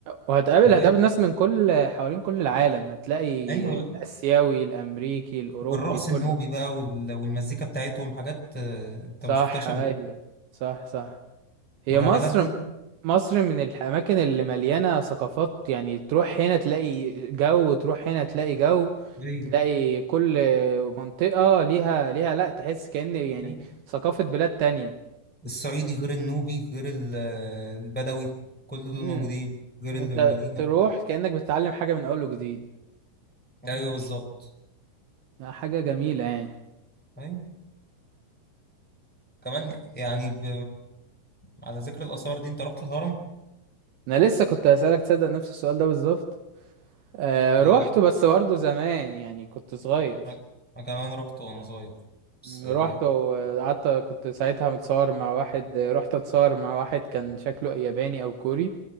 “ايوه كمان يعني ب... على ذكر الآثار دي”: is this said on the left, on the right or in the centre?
Centre